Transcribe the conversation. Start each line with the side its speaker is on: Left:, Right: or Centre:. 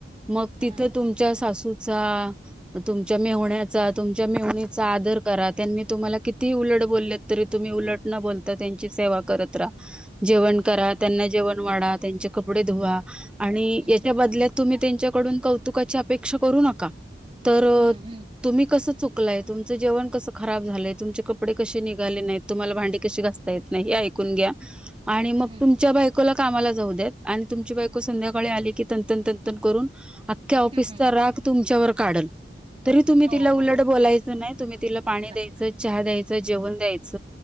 Centre: मग
Right: हा
Centre: तिथ तुमच्या सासू चा ग तुमच्या मेव्हण्याचा तुमच्या मेहूनी चा आदर करा त्यांनी तुम्हाला किती उलट बोलले तरी तुम्ही उलट न बोलता त्यांची सेवा करत राहा. जेवण
Right: हम्म
Centre: करा
Right: हम्म
Centre: त्यांना जेवण वाडा त्यांचे कपडे धुवा आणि
Right: हम्म
Centre: याच्या बदल्यात तुम्ही त्यांच्याकडून कौतुकाची अपेक्षा करू नका. तर
Right: हम्म हम्म
Centre: तुम्ही कसं चुक लयक तुमचं जेवण कसं खराब झालंय तुमचे कपडे कसे निघाले नाहीत तुम्हाला भांडी कशी घासता येत नाही हे ऐकून घ्या.. आणि मग
Right: हम्म
Centre: तुमच्या बायका कामला जाऊ द्या आणि तुमची बायको संध्याकाळी आली की तन तंत करून.. त्या ऑफिसचा
Right: हम्म हम्म
Centre: राग तुमच्यावर काढल. तरी तुम्ही
Right: हो
Centre: तिला उलट
Right: हो
Centre: बोलायच. नाही तुम्ही तिला पाणी
Right: नाही
Centre: द्यायचं चहा द्यायचं. जेवण द्यायच